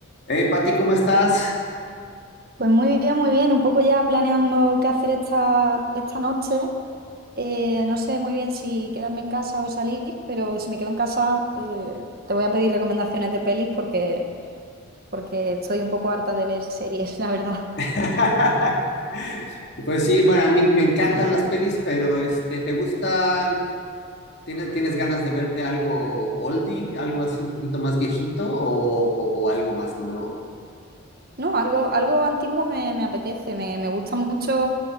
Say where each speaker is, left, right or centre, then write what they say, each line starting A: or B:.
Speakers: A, on the left (about 55°); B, on the right (about 45°).
A: Hey, Pati, ¿cómo estás?
B: Pues muy bien, muy bien. Un poco ya planeando qué hacer esta, esta noche. Eh, no sé muy bien si quedarme en casa o salir, pero si me quedo en casa, eh, te voy a pedir recomendaciones de pelis porque, porque estoy un poco harta de ver series, <laughs> la verdad.
A: <laughs> Pues sí, bueno, a mí me encantan las pelis, pero este, ¿te gustan? ¿Tienes, tienes ganas de verte algo oldie, algo así un poquito más viejito o, o- o algo más nuevo?
B: No, algo, algo antiguo me, me apetece, me, me gusta mucho